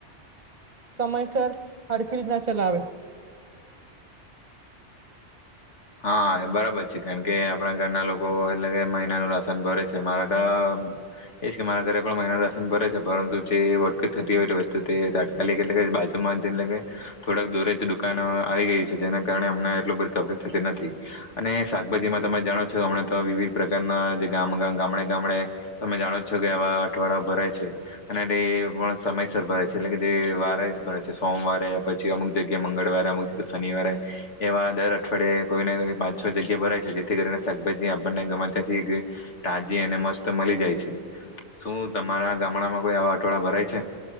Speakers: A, on the right; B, on the left.
A: સમયસર હળખી રીતના ચલાવે
B: હા બરાબર છે, કારણ કે આપણા ઘરના લોકો એટલે કે મહિનાનું રાશન ભરે છે, મારા તો એજ કે મારા ઘરે પણ મહિનાનું રાશન ભરે છે, પરંતુ જે વટકટ થતી હોય વસ્તુ તે તાટકાલિક એટલે કે બાજુમાં એટલે કે થોડાક દૂરે જ દુકાાન આવી ગય છે, જેના કારણે હમને એટલું બધી તકલીફ થતી નથી અને શાકભાજીમાં તમે જાણો છો હમણાં તો વિવિધ પ્રકારના જે ગામ ગામડે ગામડે તમે જાણો છો કે આવા અઠવાડ ભરાય છે, અને એટ એ પણ સમયસર ભરાય છે, એટલે કે જે વારે ભરાય છે, સોમવારે પછી અમુક જગ્યાએ મંગળવારે અમુક જગ્યા શનિવારે એવા દર અઠવાડે કોઈ ને પાંચ છ જગ્યા ભરાય છે, જેથી કરીને શાકભાજી આપણને ગમેત્યાંથી તાજી અને મસ્ત મળી જાય છે, શું તમારા ગામડામાં કોઈ આવા અઠવાડિયા ભરાય છે.